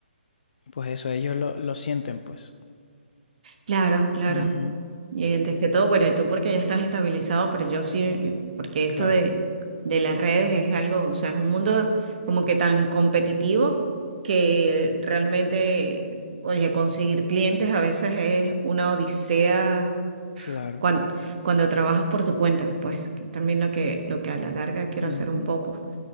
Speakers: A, on the left (about 55°); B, on the right (about 50°).
A: pues eso ellos lo, lo sienten, pues.
B: Claro, claro.
A: Ujú,
B: Y antes que todo, bueno, y tú porque ya estás estabilizado, pero yo sí, porque esto
A: Claro,
B: de, de las redes es algo, o sea, es un mundo como que tan competitivo que realmente, oye, conseguir clientes a veces es una odisea
A: claro.
B: cuando, cuando trabajas por tu cuenta, pues que también lo que, lo que a la larga quiero
A: Ujú.
B: hacer un poco.